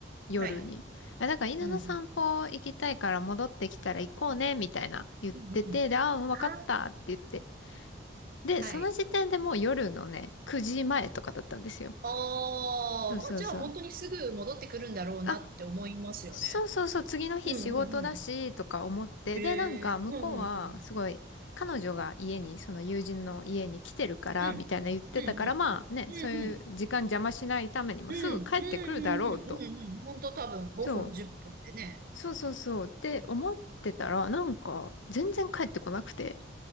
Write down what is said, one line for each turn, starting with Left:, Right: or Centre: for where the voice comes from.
Left: 夜に。
Right: ん。はい。
Left: あ、だから犬の散歩行きたいから戻ってきたら行こうね、
Right: うん。
Left: みたいな言ってて、
Right: うんうんうん。うんうんうんはいうんうんうんうんはい
Left: で、ああ、わかったって言って。で、
Right: はい。
Left: その時点でもう夜のね、9時前とかだったんですよ。
Right: ああ、
Left: そうそうそう。
Right: まあじゃあ本当にすぐ戻ってくるんだろうなって思いますよね。
Left: あ、そうそうそう、次の日仕事だし、
Right: うんうんうん。
Left: とか思って。
Right: ええーうんうん
Left: で、なんか向こうは、すごい、彼女が家に、その友人の家に来てるから、
Right: うん。
Left: みたいな言ってたから、
Right: うん。うんうん。
Left: まあね、
Right: うんうん。
Left: そういう時間邪魔しないためにもすぐ帰ってくるだろうと。
Right: We now at 5 snaps. Well
Left: そう
Right: it's lifestyles? Just like it in
Left: そうそうそうって思ってたら、なんか全然帰ってこなくて、